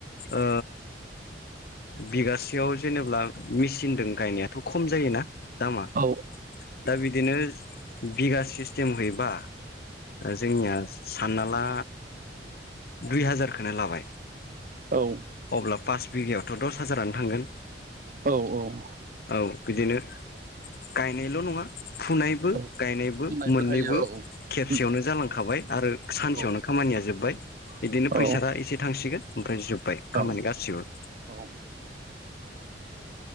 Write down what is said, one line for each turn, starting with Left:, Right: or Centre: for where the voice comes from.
Left: ओ बिगासेयाव जेनेब्ला मिसिनजों गायनायाथ' खम जायोना दामा?
Right: औ
Left: दा बिदिनो बिगा सिस्टेम हैबा जोंनिया सानना ला दुइ हाजारखौ लाबाय
Right: औ
Left: अब्ला पास बिगायावथ' दस हाजारानो थांगोन
Right: औ
Left: औ बिदिनो गायनायल' नङा फुनायबो
Right: औ
Left: गायनाय बो
Right: बुंनायबो
Left: मोननैबो
Right: थायो औ
Left: खेबसेयावनो जालांखाबाय आरो सानसेयावनो
Right: औ
Left: खामानिया जोब्बाय। बिदिनो फैसारा
Right: औ
Left: एसे थांसिगोन ओमफ्राय जोब्बाय खामानि
Right: औ
Left: गासिबो।
Right: औ